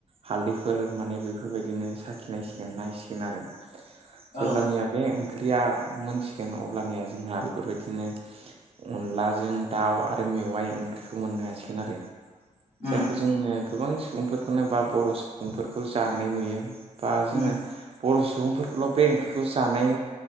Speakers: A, on the right (about 45°); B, on the left (about 55°).
A: हालदैफोर माने बेफोरबायदिनो साखिनायसिगोन नायसिगोन आरो जेब्लानिया
B: औ
A: बे ओंख्रिया मोनथिगोन अब्लानिया जोंहा बेफोरबायदिनो अनलाजों दाउ आरो मेवाइ ओंख्रिखौ मोननो हासिगोन आरो
B: उम
A: जायखौ जोङो गोबां सुबुंफोरखौनो बा बर' सुबुंफोरखौ जानाय नुयो बा जोङो
B: उम
A: बर' सुबुंफोरखौल' बे ओंख्रिखौ जानाय